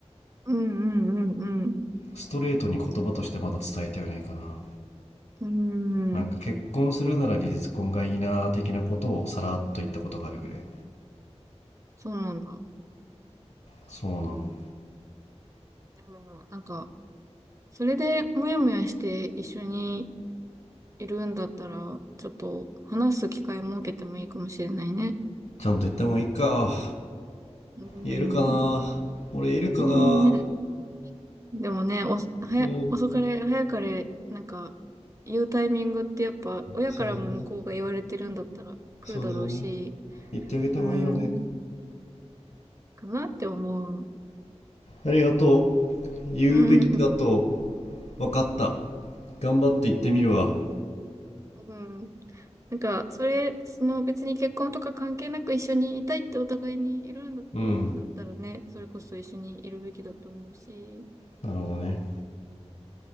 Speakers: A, on the right; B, on the left.
A: うん、うん、うん、うん。
B: ストレートに言葉としてまだ伝えてはないかな
A: うん、
B: なんか結婚するなら離婚がいいなー的なことをさらっと言ったことがあるぐらい
A: うんそうなんだ。
B: そうなの
A: でも、なんか、それでもやもやして一緒にいるんだったら、ちょっと話す機会設けてもいいかもしれないね。
B: ちゃんと言った方がいいか
A: うん。
B: 言えるかな俺言えるかな
A: うんでもね、お、早、
B: うん
A: 遅かれ、早かれ、なんか、言うタイミングってやっぱ、親からも向こうが言われてるんだったら来るだろうし、
B: そうだねそうだよね言ってあげた方がいいよね。
A: うん、かなって思う。
B: ありがとう。言うべきだと
A: うん。
B: 分かった。頑張って言ってみるわ。
A: うん。なんか、それ、その別に結婚とか関係なく一緒にいたいってお互いにいるんだ、
B: うん。
A: 思うんだったらね、それこそ一緒にいるべきだと思うし、
B: なるほどね。